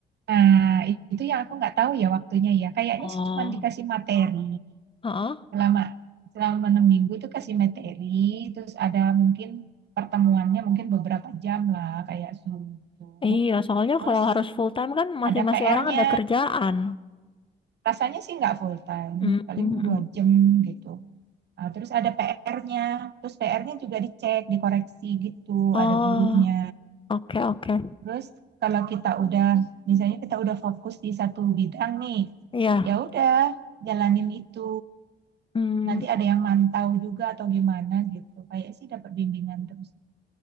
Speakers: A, on the right (about 60°); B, on the left (about 25°).
A: nah itu yang aku nggak tahu ya waktunya ya kayaknya
B: Oh,
A: sih cuma dikasih materi
B: heeh.
A: selama selama enam minggu itu kasih materi terus ada mungkin pertemuannya mungkin beberapa jam lah kayak Zoom itu
B: Iya, soalnya
A: terus
B: kalau harus full time kan masing-masing
A: ada PR-nya
B: orang ada kerjaan.
A: rasanya sih nggak full time
B: Mm,
A: paling
B: mm,
A: dua
B: mm.
A: jam gitu Ah, terus ada PR-nya, terus PR-nya juga dicek, dikoreksi gitu,
B: Oh,
A: ada gurunya.
B: oke oke.
A: Terus kalau kita udah, misalnya kita udah fokus di satu bidang nih,
B: Iya.
A: ya udah jalanin itu.
B: Mm,
A: Nanti ada yang mantau juga atau gimana gitu. Kayak sih dapat bimbingan terus.